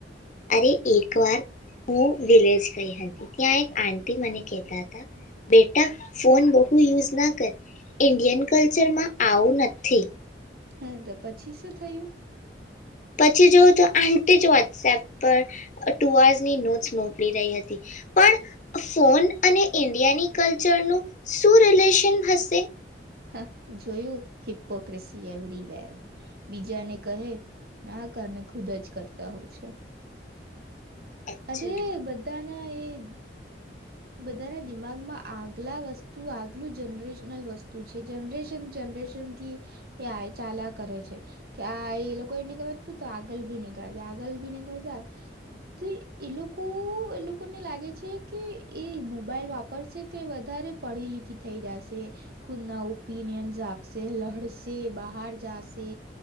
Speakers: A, on the left (about 45°); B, on the right (about 60°).
A: અરે એક વાર હું વિલેજ ગઈ હતી ત્યાં એક આંટી મને કહેતા હતા બેટા ફોન બહુ યુઝ ના કર ઇન્ડિયન કલ્ચરમાં આવું નથી.
B: હા તો પછી શું થયું.
A: પછી જોવ તો આટી જ વોટ્સએપ પર ટુ આર્સની નોટ્સ મોકલી રહી હતી પણ ફોન અને ઈન્ડિયાની કલ્ચરનું શું રિલેશન હશે.
B: હા જોયું હિપ્પોક્રેસી એવરીવેર બીજાને કહે ના કારણે ખુદ જ કરતા હોય છે.
A: એકચુલી
B: અરે બધા એ બધાના દિમાગમાં આગલા વસ્તુ આગલું જનરેશનલ વસ્તુ છે જનરેશન જનરેશન થી એ ચાાલ કરે છે કે આ એ લોકો એને કેવા આગળ ભી નહીકતા આગળ બી નહીકત તે એ લોકો એ લોકોને લાગે છે કે એ મોબાઈલ વાપરશે તો વધારે પઢી લીખી થઈ જશે ખુદના ઓપિનિયન્સ આપશે લડશે બહાર જાશે